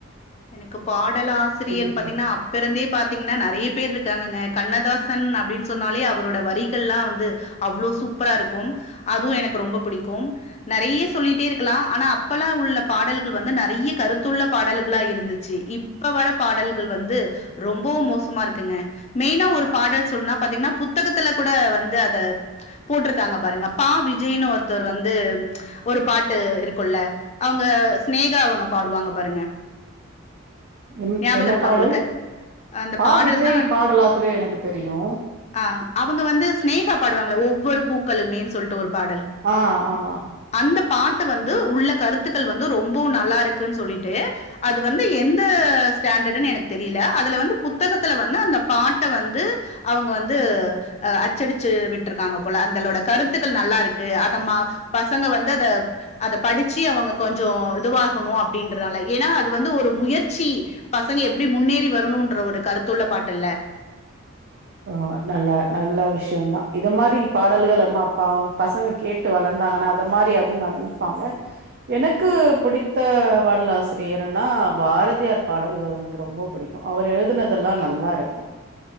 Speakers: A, on the left; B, on the right.
A: எனக்கு பாடல் ஆசிரியர்ன்
B: பேசலா
A: பாத்தீங்கன்னா அப்பருந்தே பாத்தீங்கனா நெறைய பேர் இருக்காங்கங்க கண்ணதாசன் அப்டின் சொன்னாலே அவரோட வரிகள்லா வந்து அவ்ளோ சூப்பரா இருக்கும் அதுவு எனக்கு ரொம்ப புடிக்கும் நெறையா சொல்லிட்டே இருக்லா ஆனா அப்பெல்லா உள்ள பாடல்கள் வந்து நெறைய கருத்துள்ள பாடல்க ளா இருந்துச்சி இப்ப வர பாடல்கள் வந்து ரொம்பவு மோசமா இருக்குங்க மெயினா ஒரு பாடல் சொன்னா பாத்தீங்கனா புத்தகத்துல கூட வந்து அத போட்ருக்காங்க பாருங்க பா விஜய்னு ஒருத்தர் வந்து ஒரு பாட்டு இருக்குல அவங்க ஸ்நேகா அவங்க பாடுவாங்க பாருங்க
B: என்
A: ஞாபகம்
B: என்ன
A: இருக்கா
B: பாடல்
A: உங்களுக்கு? அந்த
B: பா
A: பாடல்
B: விஜய்
A: தான்
B: பாடலாசிரியர் எனக்கு தெரியு
A: ஆ அவங்க வந்து ஸ்நேகா பாடுவாங்கள ஒவ்வொரு பூக்களுமேன் சொல்ட்டு ஒரு பாடல்
B: ஆ ஆமா
A: அந்த பாட்டு வந்து உள்ள கருத்துக்கள் வந்து ரொம்பவு நல்லா இருக்குன் சொல்லிட்டு அது வந்து எந்த ஸ்டாண்டர்டுன்னு எனக்கு தெரில அதுல வந்து புத்தகத்துல வந்து அந்த பாட்ட வந்து அவங்க வந்து அ அச்சடிச்சு விட்டுருக்காங்க போல அந்தலொட கருத்துக்கள் நல்லா இருக்கு அத ம பசங்க வந்து அத அத படிச்சி அவங்க கொஞ்சோ இதுவாகனு அப்டின்றனால ஏனா அது வந்து ஒரு முயற்சி பசங்க எப்டி முன்னேறி வரணுன்ற ஒரு கருத்துள்ள பாட்டுல்ல
B: ஓ நல்லா நல்ல விஷ்யோ தா இத மாரி பாடல்களபாப்பா பசங்க கேட்டு வளந்தாங்கனா அத மாரி அதுவு நடந்துடாங்க எனக்கு புடித்த பாடலாசிரியர்னா பாரதியார் பாடல்கள் எனக்கு ரொம்ப புடிக் கு அவர் எழுதுனதெல்லாம் நல்லா இருக்கு